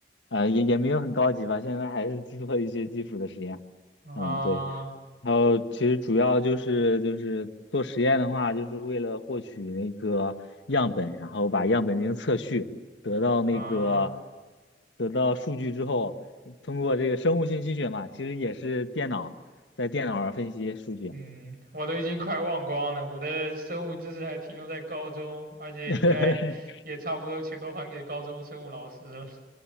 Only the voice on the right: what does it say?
啊
啊，
嗯，我都已经快忘光了，我的生物知识还停留在高中，而且应该也差不多全都还给高中生物老师了。